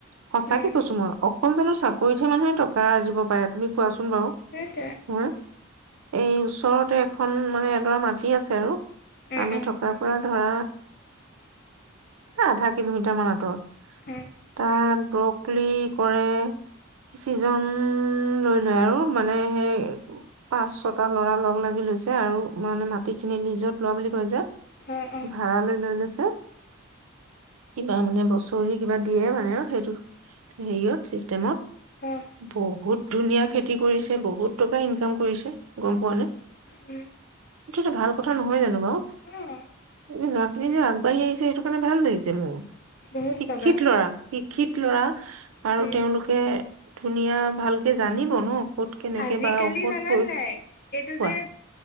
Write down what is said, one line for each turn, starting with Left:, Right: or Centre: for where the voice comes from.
Right: সঁচাকে
Left: উম,
Right: কৈছো মই। অকল জানো চাকৰিতহে মানুহে টকা আৰ্জিব পাৰে তুমি কোৱাচোন বাৰু।
Left: সেইটোৱে
Right: হা এই ওচৰতে এখন মানে এডৰা মাটি আছে আৰু
Left: উম,
Right: আমি
Left: উম,
Right: থকাৰ পৰা ধৰা এ আধা কিলোমিটাৰ মান আঁতৰত
Left: উম,
Right: তাত ব্ৰকলি কৰে। চিজন লৈ লয় আৰু মানে সেই পাঁচ ছটা ল'ৰা লগ লাগি লৈছে আৰু মানে মাটিখিনি লিজত লোৱা বুলি কৈ যে
Left: অ', অ'।
Right: ভাড়ালে লৈ লৈছে। কিবা মানে বছৰি কিবা দিয়ে মানে আৰু সেইটো হেৰিয়ত চিষ্টেমত।
Left: অ',
Right: বহুত ধুনীয়া খেতি কৰিছে, বহুত টকা ইনকাম কৰিছে গম পোৱা নে?
Left: উম।
Right: এইটো ভাল কথা নহয় জানো বাৰু
Left: অ',
Right: এই ল'ৰাখিনি যে আগবাঢ়ি আহি সেইটো কাৰণে ভাল লাগিছে মোৰ,
Left: বহুত
Right: শিক্ষিত
Left: বগা
Right: ল'ৰা, শিক্ষিত ল'ৰা আৰু
Left: উম,
Right: তেওঁলোকে ধুনীয়া ভালকে জানিব ন ক'ত কেনেকে
Left: আজিকালি
Right: বা ঔষধ
Left: জানা
Right: প্ৰয়োগ
Left: নাই এইটো
Right: কোৱা
Left: যে